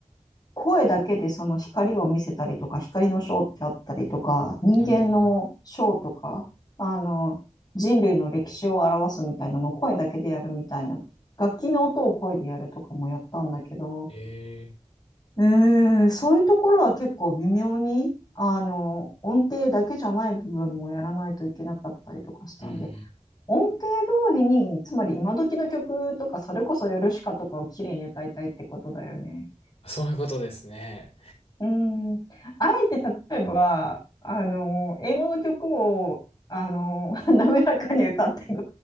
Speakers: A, on the left; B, on the left.
A: 声だけでその光を見せたりとか、光のショーってあったりとか、人間のショーとか、
B: おー、
A: あの、人類の歴史を表すみたいなのを声だけでやるみたいな、楽器の音を声でやるとかもやったんだけど、
B: えー
A: えーそういうところは結構微妙に、あの、音程だけじゃない部分もやらないといけなかったりとかしたんで、
B: うんうんう
A: 音程通りに、つまり今時の曲とか、それこそヨルシカとかを綺麗に歌いたいってことだよね。
B: ん。そういうことですね。
A: うん、あえて例えば、あの、英語の曲を、あの、<laughs> 滑らかに歌ってき